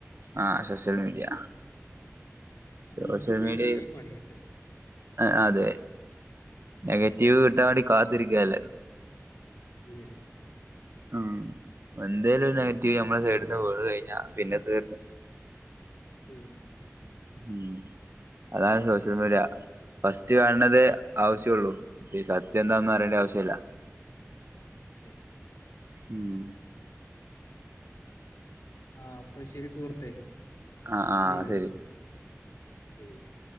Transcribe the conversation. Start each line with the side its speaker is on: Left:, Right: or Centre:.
Right: ആഹ് സോഷ്യൽ മീഡിയ സോഷ്യൽ
Left: സൂക്ഷിച്ചുപയോഗിച്ചില്ലെങ്കിൽ
Right: മീഡിയയിൽ
Left: പണി കിട്ടും ആ
Right: ആഹ് അതെ നെഗറ്റീവ് കിട്ടാൻ വേണ്ടി കാത്തിരിക്ക എല്ലാരും
Left: പിള്ളേര്
Right: ഉം എന്തേലും ഒരു നെഗറ്റീവ് ഞമ്മളെ സൈഡിന്ന് വീണ് കഴിഞ്ഞാ പിന്നെ തീർന്ന്
Left: തീർന്നു
Right: ഉം അതാണ് സോഷ്യൽ മീഡിയ ഫസ്റ്റ് കാണതേ ആവശ്യോള്ളൂ സത്യം എന്താന്ന് അറിയേണ്ട ആവശ്യം ഇല്ല
Left: ആവശ്യല്ല
Right: ഉം
Left: ആഹ് അപ്പൊ ശരി സുഹൃത്തേ
Right: ആ
Left: പിന്നീട്
Right: ആ
Left: വിളിക്കാം
Right: ശരി
Left: ശരി ഒക്കെ